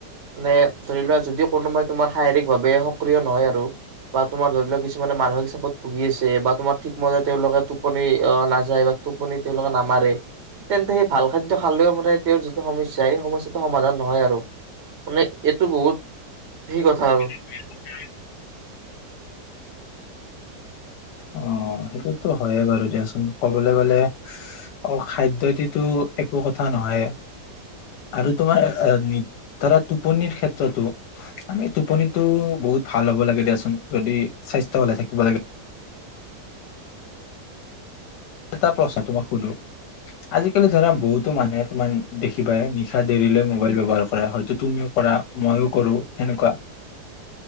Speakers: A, on the right; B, on the left.
A: মানে ধৰি লোৱা যদি কোনোবাই তোমাৰ শাৰীৰিক ভাৱে সক্ৰিয় নহয় আৰু, বা তোমাৰ ধৰি লোৱা কিছুমানে মানসিক হিচাপত ভুগি আছে বা তোমাৰ ঠিক মতে, তেওঁলোকক ত টোপনি আহ নাযায় বা টোপনি তেওঁলোকে নামাৰে তেন্তে সেই ভাল খাদ্য খালেও মানে তেওঁৰ যিটো সমস্যা সেই সমস্যাটো সমাধান নহয় আৰু। মানে এইটো বহুত সেই কথা আৰু
B: আছা <unintelligible> অ সেইটো, টো হয়য়ে বাৰু দিয়াচোন। কবলৈ গলে অ খাদ্যটো একো কথা নহয় আৰু তোমাৰ ধৰা টোপনিৰ ক্ষেত্ৰতো আমি টোপনিতটো বহুত ভাল হব লাগে দিয়াচোন, যদি স্বাস্থ্য ভালে থাকিব লাগে। এটা প্ৰশ্ন তোমাক সুধো আজিকালি ধৰা বহুতো মানুহে তোমাৰ দেখিবাই নিশা দেৰিলৈ মোবাইল ব্যৱহাৰ কৰা হয়টো। হয়তো তুমিও কৰা মইও কৰো সেনেকুৱা।